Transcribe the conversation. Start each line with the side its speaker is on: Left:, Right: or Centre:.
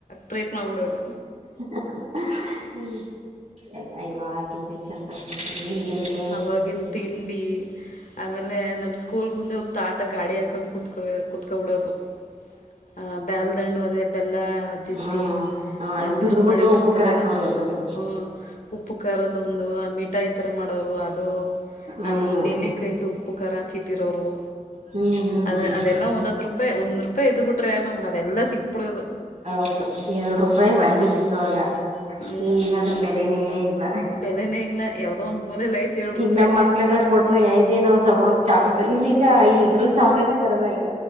Left: ಟ್ರೀಟ್ ಮಾಡ್ಬಿಡೋದು
Right: <unintelligible> ಅಯವಾಂತ ಚಂದ ಈಗಿಂದೇನ್
Left: ಆವಾಗಿನ ತಿಂಡಿ ಆಮೇಲೆ ನಮ್ ಸ್ಕೂಲ್ ಮುಂದೆ ಹೊತ್ತು ಆತ ಗಾಡಿ ಹಾಕೊಂಡ್ ಕುತ್ಕ ಕುತ್ಕೊಬ ಬಿಡೋದು ಹ ಬೇಲ್ದಂಡು ಅದೇ ಎಲ್ಲ ಜಜ್ಜಿ
Right: ಹ್ಮ್ ಹ ಅದು
Left: ಮಿಕ್ಸ್
Right: ತುರ್ದ್ಬಿಟ್ಟು
Left: ಮಾಡಿ ಇಟ್ಟಿರ್ತಾರಲ್ಲ
Right: ಉಪಕಾರ ಹಾಕೋರು ಅದನ್ನು
Left: ಹ್ಮ ಉಪ್ಪು ಕರದೊಂದು ಮೀಠಾ ಈ ತರ ಮಾಡ ಅದು
Right: ಹ್ಮ್
Left: ಈ ನೆಲ್ಲಿಕಾಯಗೆ ಉಪ್ಪು ಖರ ಹಾಕಿ ಇಟ್ಟಿರೋರು
Right: ಹ್ಮ್ ಹ್ಮ್
Left: ಅದು
Right: ಹ್ಮ್
Left: ಅದೆಲ್ಲ ಒಂದೊಂದ್ ರೂಪಾಯಿ ಒಂದ್ ರೂಪಾಯಿ ಇದು ಬಿಟ್ರೆ ನಮ್ಗೆ ಅದೆಲ್ಲ ಸಿಕ್ ಬಿಡೋದು
Right: ಹೌದು ಎರಡು ರೂಪಾಯಿ ವ್ಯಾಲ್ಯೂ ಇತ್ತು ಆಗ
Left: ಹ್ಞೂ
Right: ಈಗ ಅದಕ್ ಬೆಲೆನೇ ಇಲ್ಲ
Left: ಬೆಲೆನೇ ಇಲ್ಲ ಯಾವುದೋ ಒಂದು ಮೂಲೆಯಲ್ಲಿ ಐತೆ ಎರಡು
Right: ಈಗ
Left: ರೂಪಾಯಿ
Right: ನಮ್ ಮಕ್ಳಗಳ ಕೊಟ್ರೆ ಇದೇನೋ ತಗೋ ಚಾಕ್ಲಟ್ ಇ ನಿಜ ಈ ದ್ರಲ್ಲಿ
Left: ಹ್ಞೂ
Right: ಚಾಕ್ಲೇಟು ಬರಲ್ಲ ಈಗ